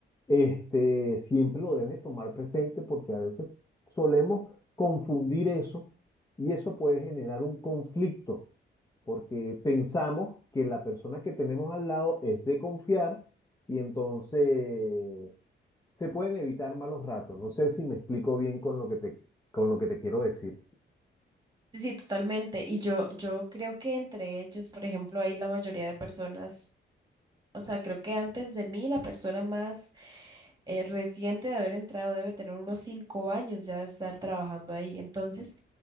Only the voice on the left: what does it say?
este, siempre lo debes tomar presente porque a veces solemos confundir eso y eso puede generar un conflicto porque pensamos que la persona que tenemos al lado es de confiar y entonces se pueden evitar malos ratos. No sé si me explico bien con lo que te, con lo que te quiero decir.